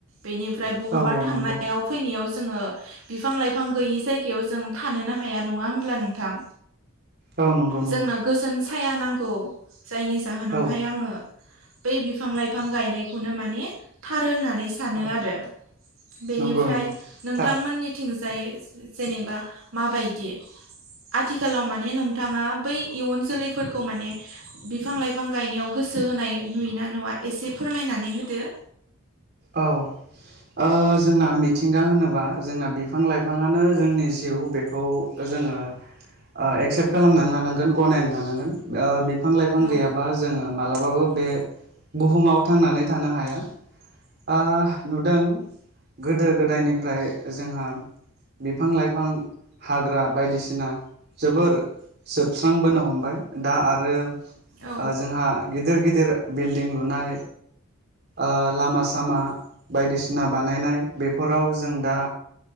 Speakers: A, on the right; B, on the right.
A: बेनिफ्राय बहाबा
B: औ
A: थांनायाव
B: नंगौ
A: फैनायाव जोङो बिफां लाइफां गैयै जायगायाव जों थानोनो हाया नङा होमब्ला नोंथां?
B: औ नंगौ नंगौ
A: जोंनो गोजोन साया नांगौ जायनि जाहोनावहाय
B: औ
A: आङो बै बिफां लाइफां गायनायखौनो माने थार होनानै सानो
B: औ
A: आरो बेनिफ्राय
B: नंगौ नंगौ
A: नोंथांमोननिथिं
B: थार
A: जाय जेनेबा माबायदि? आथिखालाव माने नोंथांङा बै इयुन जोलैफोरखौ माने बिफां लाइफां गायनायाव गो सो होनाय नुयो ना नुवा एसे फोरमायनानै होदो
B: औ ओ जोंना मिथिंगा होनोबा जोंना बिफां लाइफाङानो जोंनि जिउ बेखौ जोङो ओ एक्सेप्ट खालामनानै लानांगोन गनायना लानांगोन ओ बिफां लाइफां
A: औ
B: गैयाबा जोङो मालाबाबो बे बुहुमाव थांनानै थानो हाया। ओ नुदों गोदो गोदायनिफ्राय जोंहा बिफां लाइफां हाग्रा बायदिसिना जोबोर जोबस्रांबोनो हमबाय दा आरो ओ
A: औ
B: जोंहा गिदिर गिदिर बिल्डिं लुनाय ओ लामा सामा बायदिसिना बानायनाय बेफोराव जों दा